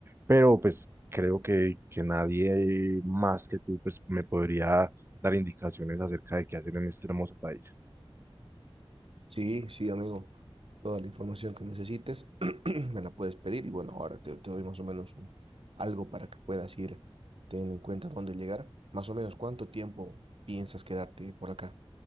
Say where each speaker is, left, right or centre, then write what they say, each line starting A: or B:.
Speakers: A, on the right; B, on the right.
A: pero pues creo que, que nadie más que tú pues me podría dar indicaciones acerca de qué hacer en este hermoso país.
B: Sí, sí, amigo, toda la información que necesites <clears throat> me la puedes pedir y bueno, ahora te, te doy más o menos un- algo para que puedas ir teniendo en cuenta dónde llegar. Más o menos, ¿cuánto tiempo piensas quedarte por acá?